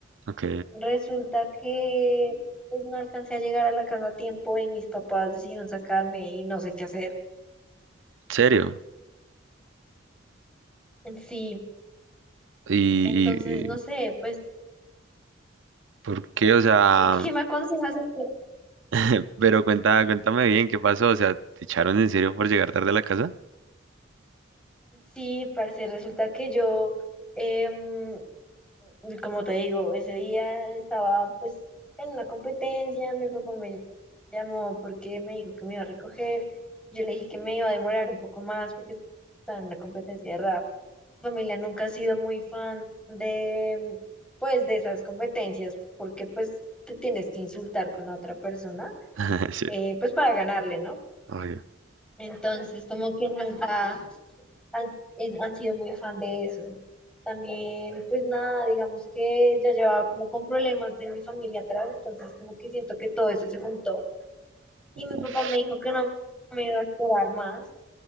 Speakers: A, on the right; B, in the centre.
A: Ok.
B: Resulta que pues no alcancé a llegar a la casa a tiempo y mis papás decidieron sacarme y no sé qué hacer.
A: ¿Serio?
B: Sí,
A: ¿Y, y-
B: entonces no
A: y
B: sé, pues,
A: por qué? O sea,
B: ¿qué, qué me aconsejas hacer?
A: <laughs> pero cuenta, cuéntame bien, ¿qué pasó? O sea, ¿te echaron en serio por llegar tarde a la casa?
B: Sí, parece, resulta que yo... em, Y Como te digo, ese día estaba pues en una competencia, mi papá me llamó porque me dijo que me iba a recoger, yo le dije que me iba a demorar un poco más porque estaba en una competencia de rap. Mi familia nunca ha sido muy fan de pues de esas competencias porque pues te tienes que insultar con la otra persona
A: <laughs> Sí.
B: eh, pues para ganarle, ¿no?
A: Obvio.
B: Entonces como que nunca han, eh, han sido muy fan de eso. También, pues nada, digamos que ya llevaba como con problemas de mi familia atrás, entonces como que siento que todo eso se juntó. Y
A: Uf.
B: mi papá me dijo que no me iba a esperar más